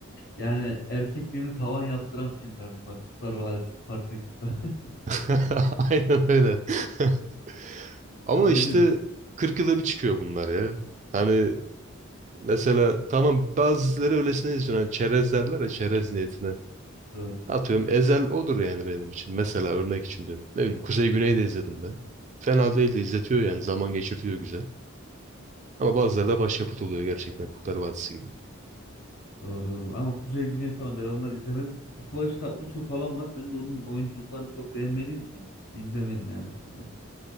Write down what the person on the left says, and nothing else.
Yani erkekliğini tavan yaptıran filmler bunlar. Kurtlar Vadisi, Spartaküs. <laughs>
O
yüzden
doğru.
Doğru doğru. Ama Kuzey Güney falan ben onları izlemedim. E, Kıvanç Tatlıtuğ falan var. Ben de onun oyunculuklarını çok beğenmediğim için izlemedim yani açıkçası.